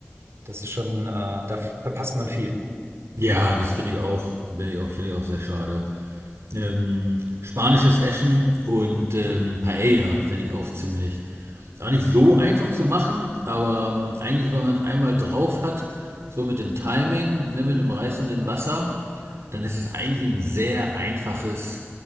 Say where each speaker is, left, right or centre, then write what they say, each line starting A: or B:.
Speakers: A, on the right (about 70°); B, on the right (about 85°).
A: Das ist schon, äh, da verpasst man viel.
B: Ja, das finde ich auch, finde ich auch, finde ich auch sehr schade. Ähm, spanisches Essen und ähm, Paella finde ich auch ziemlich. Auch nicht so einfach zu machen, aber ähm, eigentlich, wenn man einmal drauf hat, so mit dem Timing, ne, mit dem Reis und dem Wasser, dann ist es eigentlich ein sehr einfaches,